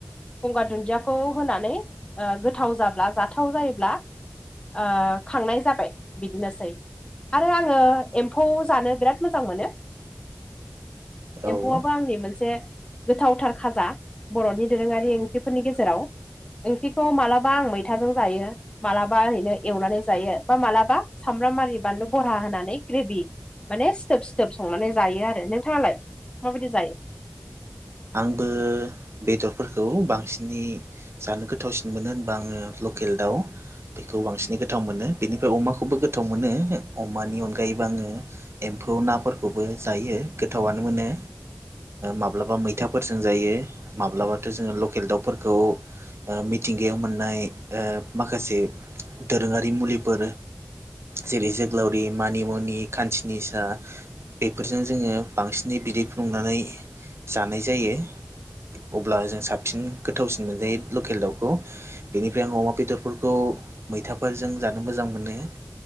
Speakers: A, on the left; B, on the right.
A: गंगार दुन्दियाखौ होनानै गोथाव जाब्ला जाथाव जायोब्ला ओ खांनाय जाबाय बिदिनोसै आरो आङो एम्फौ जानो बिराद मोजां मोनो।
B: औ
A: एम्फौआबो आंनि मोनसे गोथावथार खाजा बर'नि दोरोङारि ओंख्रिफोरनि गेजेराव ओंख्रिखौ मालाबा आं मैथाजों जायो। मालाबा ओरैनो एवनानै जायो बा मालाबा सामब्राम आरारि बानलु बरा होनानै ग्रेभि माने सिथोब सिथोब संनानै जायो आरो नोंथाङालाय माबायदि जायो।
B: आंबो बेदरफोरखौ बांसिनै जानो गोथावसिन मोनो होनबा आङो लकेल दाउ बेखौ बांसिनै गोथाव मोनो बेनिफ्राय अमाखौबो गोथाव मोनो अमानि अनगायैबो आङो एम्फौ नाफोरखौबो जायो गोथावनो मोनो माब्लाबा मै मैथाफोरजों जायो माब्लाबाथ' जोङो लकेल दाउफोरखौ बा मिथिंगायाव मोननाय ओ माखासे दोरोङारि मुलिफोर जेरै जोगोलावरि मानिमुनि खान्सिनिसा बेफोरजों जोङो बांसिनै बिदै फुदुंनानै जानाय जायो अब्ला जों साबसिन गोथावसिन मोनजायो लकेल दाउखौ बेनिफ्राय आं अमा बेदरफोरखौ मैथाफोरजों जानो मोजां मोनो